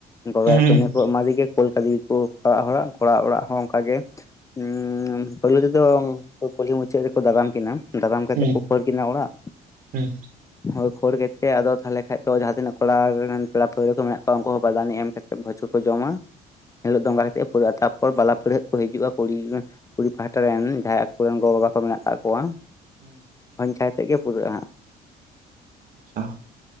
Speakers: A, on the left; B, on the right.
A: <unintelligible>
B: ᱦᱩᱸ
A: ᱠᱚ ᱮᱢᱟᱫᱮᱜᱮ ᱠᱳᱞ ᱠᱟᱫᱮ ᱠᱚ ᱚᱲᱟᱜ ᱦᱚᱲᱟᱜ ᱠᱚᱲᱟᱜ ᱚᱲᱟᱜ ᱦᱚᱸ ᱚᱝᱠᱟ ᱜᱮ ᱩᱸ ᱯᱩᱭᱞᱩ ᱛᱮᱫᱚ ᱠᱩᱞᱦᱤ ᱢᱩᱪᱟᱹᱫ ᱨᱮᱠᱚ ᱫᱟᱨᱟᱢ ᱠᱤᱱᱟ᱾ ᱫᱟᱨᱟᱢ ᱠᱟᱛᱮᱜ
B: ᱦᱩᱸ
A: ᱠᱚ ᱠᱷᱟᱹᱲ ᱠᱤᱱᱟ ᱚᱲᱟᱜ᱾
B: ᱦᱩᱸ
A: ᱦᱳᱭ ᱠᱷᱟᱹᱲ ᱠᱟᱛᱮᱜ ᱟᱫᱚ ᱛᱟᱦᱞᱮ ᱠᱷᱟᱡ ᱫᱚ ᱡᱟᱦᱟᱸ ᱛᱤᱱᱟᱹᱜ ᱠᱚᱲᱟ ᱨᱮᱱ ᱯᱮᱲᱟ ᱯᱟᱹᱲᱦᱟᱹ ᱠᱚ ᱢᱮᱱᱟᱜ ᱠᱚᱣᱟ ᱩᱝᱠᱩ ᱦᱚᱸ ᱵᱟᱫᱟᱱᱤ ᱮᱢ ᱠᱟᱛᱮ ᱵᱷᱚᱡ ᱠᱚᱠᱚ ᱡᱚᱢᱟ ᱮᱱ ᱦᱤᱞᱳᱜ ᱫᱚ ᱠᱟᱴᱤᱜ ᱠᱟᱛᱮ ᱯᱩᱨᱟᱹᱜᱼᱟ ᱛᱟᱨᱯ ᱯᱚᱨ ᱵᱟᱞᱟ ᱯᱟᱹᱲᱦᱟᱹ ᱠᱚ ᱦᱤᱡᱩᱜᱼᱟ, ᱠᱩᱲᱤ ᱠᱩᱲᱤ ᱯᱟᱦᱴᱟ ᱨᱮᱱ ᱡᱟᱦᱟᱸᱭ ᱟᱠᱚᱨᱮᱱ ᱜᱚ-ᱵᱟᱵᱟ ᱠᱚ ᱢᱮᱱᱟᱜ ᱠᱟᱜ ᱠᱚᱣᱟ᱾
B: ᱦᱩᱸ
A: ᱚᱝᱠᱟ ᱠᱟᱛᱮ ᱜᱮ ᱯᱩᱨᱟᱹᱜᱼᱟ ᱦᱟᱸᱜ᱾
B: ᱟᱪᱪᱷᱟ